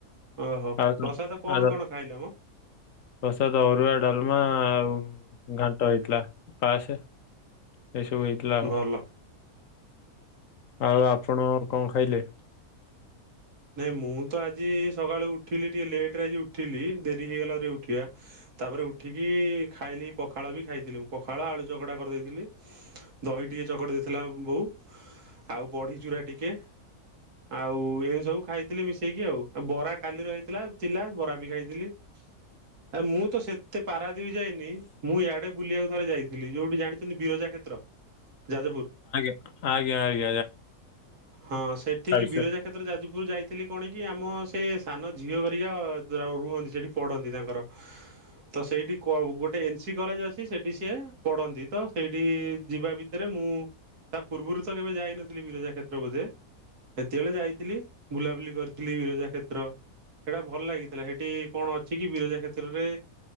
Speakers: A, on the right; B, on the left.
A: ଓହୋ
B: ଆଉ ଆଉ <unintelligible>
A: ପ୍ରସାଦ କଣ କଣ ଖାଇଲ ମ
B: ପ୍ରସାଦ ଅରୁଆ ଡାଲ୍ ମା ଆଉ ଘାଣ୍ଟ ହେଇଥିଲା ପାସ। ଏ ସବୁ ହେଇଥିଲା ଆଉ।
A: ଭଲ।
B: ଆଉ ଆପଣ କଣ ଖାଇଲେ?
A: ନାଇଁ ମୁଁ ତ ଆଜି ସକାଳୁ ଉଠିଲି ଟିକେ ଲେଟରେ ଆଜି ଉଠିଲି ଡେରି ହେଇଗଲା ପରେ ଉଠିବା ତାପରେ ଉଠିକି ଖାଇଲି ପଖାଳ ବି ଖାଇଥିଲି ମୁଁ ପଖାଳ ଆଳୁ ଚକଟା କରିଦେଇଥିଲି। ଦହି ଟିକେ ଚକଟ ଦେଇଥିଲା ବୋଉ। ଆଉ ବଢି ଚୁରା ଟିକେ ଆଉ ଏମିତି ସବୁ ଖାଇଥିଲି ମିଶେଇକି ଆଉଉ ବରା କାଲି ରହିଥିଲା ଥିଲା ବରା ବି ଖାଇଥିଲି। ଆ ମୁଁ ତ ସେତେ ପାରାଦ୍ବୀପ ଯାଇନି। ମୁଁ ଇଆଡେ ବୁଲିବାକୁ ଥରେ ଯାଇଥିଲି। ଯୋଉଠି ଜାଣିଛନ୍ତି ବିରଜା କ୍ଷେତ୍ର ଯାଜପୁର।
B: ଆଜ୍ଞା ଆ
A: ହଁ ସେଠିକି
B: ବିଷୟରେ
A: ବିରଜା କ୍ଷେତ୍ର ଯାଜପୁର ଯାଇଥିଲି କଣ କି? ଆମ ନେ ସାନ ଝିଅହରିକା ଅ ରୁହନ୍ତି ସେଠି ପଢନ୍ତି ତାଙ୍କର। ତ ସେଇଠି କୋ ଗୋଟେ ଏନ ସି କଲେଜ ଅଛି ସେଠି ସିଏ ପଢନ୍ତି। ତ ସେଇଠି ଯିବା ଭିତରେ ମୁଁ ତା ପୂର୍ବରୁ ତ କେବେ ଯାଇନଥିଲି ବିରଜା କ୍ଷେତ୍ର ବୋଧେ? ସେତେବେଳେ ଯାଇଥିଲି। ବୁଲାବୁଲି କରିଥିଲି ବିରଜା କ୍ଷେତ୍ର ହେଟା ଭଲ ଲାଗିଥିଲା ହେଟି କଣ ଅଛି କି ବିରଜା କ୍ଷେତ୍ରରେ